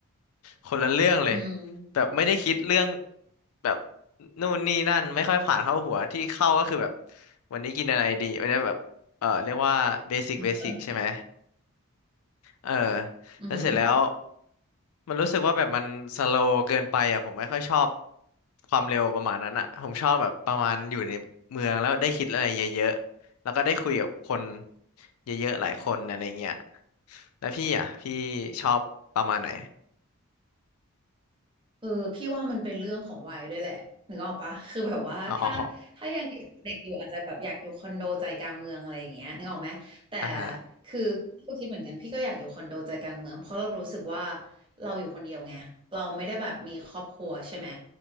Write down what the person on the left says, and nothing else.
คนละเรื่องเลย
แบบไม่ได้คิดเรื่องแบบนู่นนี่นั่นไม่ค่อยผ่านเข้าหัวที่เข้าก็คือแบบวันนี้กินอะไรดีมันจะแบบเออเรียกว่าเบสิกเบสิกใช่ไหม
เออ
แล้วเสร็จแล้วมันรู้สึกว่าแบบมันสโลว์เกินไปอ่ะผมไม่ค่อยชอบความเร็วประมาณนั้นอ่ะผมชอบแบบประมาณอยู่ในเมืองแล้วได้คิดอะไรเยอะๆแล้วก็ได้คุยกับคนเยอะๆหลายคนอะไรเงี้ยแล้วพี่อ่ะพี่ชอบประมาณไหน
อ๋อ <laughs> อ่าฮะ